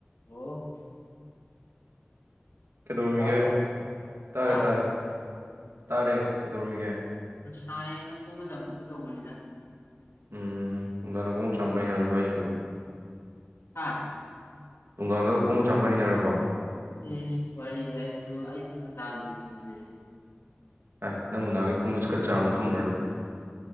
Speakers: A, on the left; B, on the right.
A: hello
B: ꯀꯩꯗꯧꯔꯃꯤꯒ
A: ꯇꯥꯕ꯭ꯔꯣ
B: ꯇꯥꯔꯦ
A: ꯍꯥ
B: ꯇꯥꯔꯦ ꯇꯔꯦ ꯀꯩꯗꯧꯔꯝꯃꯤꯒꯦ
A: ꯍꯥꯏꯌꯦꯅ ꯈꯣꯡꯕ ꯆꯥꯝꯊꯣꯛꯀꯦ ꯇꯧꯕꯅꯤꯗ
B: ꯎꯝ ꯇꯨꯡꯗꯥ ꯅ ꯈꯣꯡ ꯆꯥꯝꯕ ꯍꯩꯅꯔꯕ ꯍꯥꯏꯁꯨꯕ
A: ꯍꯥ
B: ꯅꯨꯡꯗꯥꯡꯗꯒ ꯈꯣꯡꯕ ꯆꯥꯝꯕ ꯍꯩꯅꯔꯕ
A: ꯏꯁ ꯄꯔꯒ ꯑꯩꯗꯤꯅ ꯑꯩꯗꯤ ꯅꯨꯡꯗꯥꯡꯈꯤꯕ ꯃꯤꯅꯦ
B: ꯑꯦ ꯅꯪꯕꯨ ꯅꯍꯥꯟꯒꯤ ꯈꯣꯡꯎꯨꯠ ꯀꯆꯥ ꯑꯃ ꯇꯨꯝꯕ꯭ꯔꯅꯦ